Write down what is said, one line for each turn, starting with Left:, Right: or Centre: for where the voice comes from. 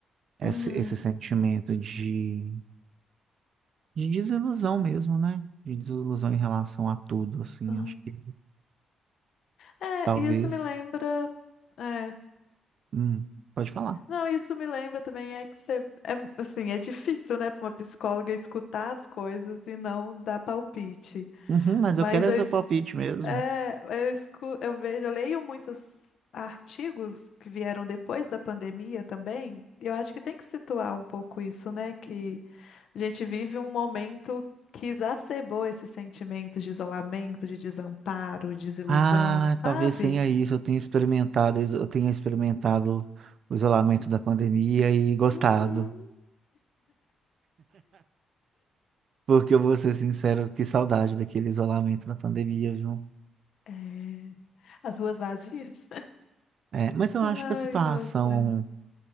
Right: Esse,
Left: Uhum.
Right: esse sentimento de, de desilusão mesmo, né? De desilusão em relação a tudo, assim.
Left: Então,
Right: Acho que
Left: É,
Right: talvez.
Left: e isso me lembra. é,
Right: Hum, pode falar.
Left: Não, isso me lembra também é que você, é, assim, é difícil, né, para uma psicóloga escutar as coisas e não dar palpite.
Right: Uhum, mas
Left: Mas
Right: eu quero é
Left: eu,
Right: seu
Left: es-
Right: palpite mesmo.
Left: é, eu, escu, eu vejo, eu leio muitos artigos que vieram depois da pandemia também. e Eu acho que tem que situar um pouco isso, né, que a gente vive um momento que exacerbou esses sentimentos de isolamento, de desamparo, desilusão,
Right: Ah,
Left: sabe?
Right: talvez tenha isso. Eu tenha experimentado, iso- eu tenha experimentado o isolamento da pandemia e gostado.
Left: Uhum.
Right: Porque eu vou ser sincero, que saudade daquele isolamento da pandemia, viu?
Left: É, as ruas vazias.
Right: É, mas eu acho
Left: Ai,
Right: que a situação,
Left: falou sério.